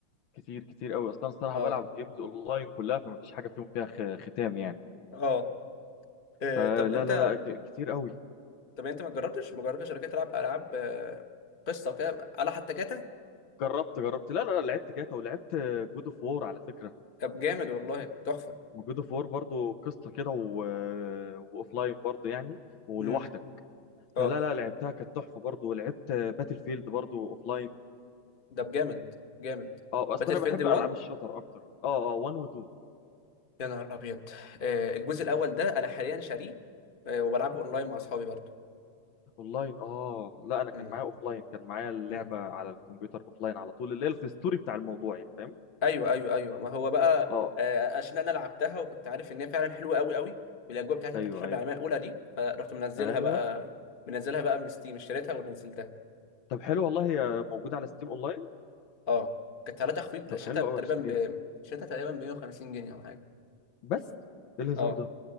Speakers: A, on the left; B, on the left.
A: كتير كتير قوي اصلا الصراحه
B: اه
A: بلعب جيمز اونلاين كلها فما فيش حاجه فيهم فيها خ- ختام يعني
B: اه آه،
A: فلا
B: طب انت
A: لا لا ك- كتير قوي
B: طب انت ما جربتش ما جربتش شركات تلعب العاب آه، قصه وكده على حتى جاتا
A: جربت جربت لا لا لا، لعبت جاتا ولعبت جود اوف وور على فكره
B: طب جامد والله تحفه
A: جود اوف وور برضه قصه كده و... واوفلاين برضه يعني ولوحدك
B: امم
A: فلا
B: اه
A: لا لعبتها كانت تحفه برضه ولعبت باتل فيلد برضه اوفلاين
B: ده جامد جامد
A: اه اصلا
B: باتل فيلد
A: انا بحب
B: 1
A: العاب الشوتر اكتر اه اه 1 و 2
B: يا نهار ابيض آه، الجزء الاول ده انا حاليا شاريه آه، وبلعبه اونلاين
A: مم.
B: مع اصحابي برضه
A: اونلاين اه لا انا كان
B: امم
A: معايا اوفلاين كان معايا اللعبه
B: امم
A: على الكمبيوتر اوفلاين على طول اللي هي الستوري بتاع الموضوع يعني فاهم
B: ايوه ايوه ايوه ما هو بقى
A: اه
B: آه، عشان انا لعبتها وكنت عارف ان هي فعلا حلوه قوي قوي والاجواء بتاعتها
A: ايوه
B: بتاعت الحرب
A: ايوه
B: العالميه الاولى دي فرحت منزلها
A: ايوه
B: بقى منزلها بقى من ستيم اشتريتها ونزلتها
A: طب حلو والله هي موجوده على ستيم اونلاين
B: اه كانت عليها تخفيض
A: طب
B: شريتها
A: حلو
B: تقريبا
A: قوي هشتريها
B: ب شريتها تقريبا ب 150 جنيه او حاجه
A: بس ايه الهزار
B: اه
A: ده